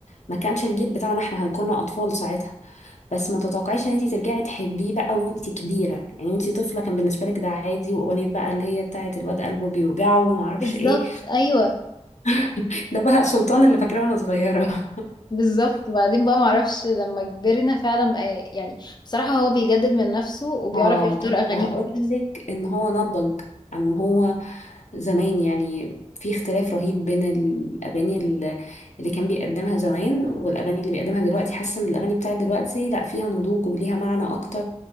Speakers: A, on the left; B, on the left.
A: ما كانش الجيل بتاعنا احنا هنكون اطفال ساعتها بس ما تتوقعيش ان انت ترجعي تحبيه بقى وانت كبيره يعني وانت طفله كان بالنسبه لك ده عادي واغنيه بقى اللي هي بتاعه الواد قلبه بيوجعه وما اعرفش
B: بالظبط
A: ايه
B: ايوه
A: <laughs> ده بقى سلطان اللي فاكراه وانا صغيره
B: بالظبط وبعدين بقى معرفش لما كبرنا فعلا بقى يعني بصراحه هو بيجدد من نفسه وبيعرف
A: اه
B: يختار
A: كنت
B: اغانيه
A: هقولك
B: كويس
A: ان هو نضج عن هو زمان يعني في اختلاف رهيب بين الاغاني ال- اللي كان بيقدمها زمان والاغاني اللي بيقدمها دلوقتي حاسه ان الاغاني بتاعت دلوقتي لا فيها نضوج وليها معنى اكتر